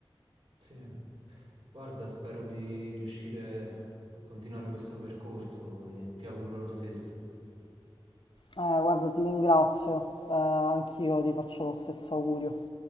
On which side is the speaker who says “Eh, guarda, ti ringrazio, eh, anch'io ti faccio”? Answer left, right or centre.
Left